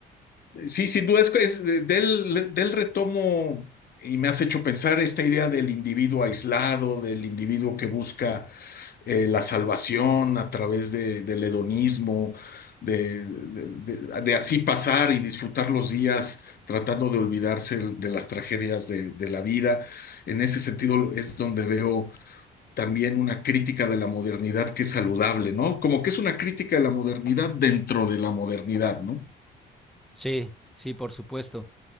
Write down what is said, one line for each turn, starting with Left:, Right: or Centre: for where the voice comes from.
Left: sí, sin duda es, es del, del retomo y me has hecho pensar esta idea del individuo aislado, del individuo que busca eh, la salvación a través de- del hedonismo, de, de- de- de así pasar y disfrutar los días tratando de olvidarse de las tragedias de, de la vida. En ese sentido es donde veo también una crítica de la modernidad que es saludable, ¿no? Como que es una crítica de la modernidad dentro de la modernidad, ¿no?
Centre: Sí, sí, por supuesto.